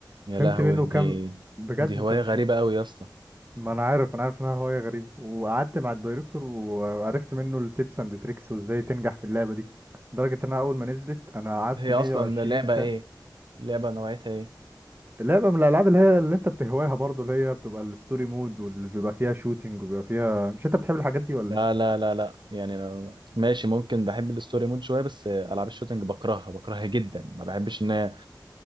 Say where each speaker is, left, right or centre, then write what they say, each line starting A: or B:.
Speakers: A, on the right (about 80°); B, on the right (about 30°).
A: يا
B: فهمت
A: لهوي
B: منه
A: دي
B: كام بجد
A: دي
B: انت
A: هوايه
B: مش
A: غريبه قوي يا اسطى
B: ما انا عارف انا عارف انها هواية غريبة وقعدت مع الدايركتور وعرفت منه التيبس اند تريكس وازاي تنجح في اللعبة دي لدرجة انها اول ما نزلت انا قعدت
A: هي
B: 120
A: اصلا اللعبه
B: ساعة
A: ايه اللعبه نوعيتها ايه
B: لعبة من الالعاب اللي هي اللي انت بتهواها برضو اللي هي بتبقى الستوري مود واللي بيبقى فيها شوتينج وبيبقى فيها مش انت بتحب الحاجات دي ولا
A: لا
B: ايه؟
A: لا لا لا يعني أنا- ماشي ممكن بحب الستوري مود شويه بس العاب الشوتنج بكرهها بكرهها جدا ما بحبش ان هي-